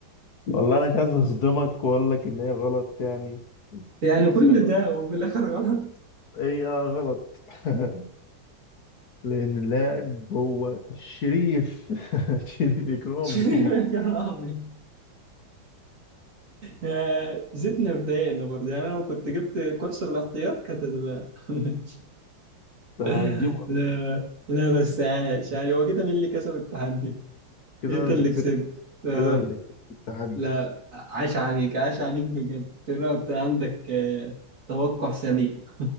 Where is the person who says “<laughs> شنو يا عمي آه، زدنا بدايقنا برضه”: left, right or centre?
Right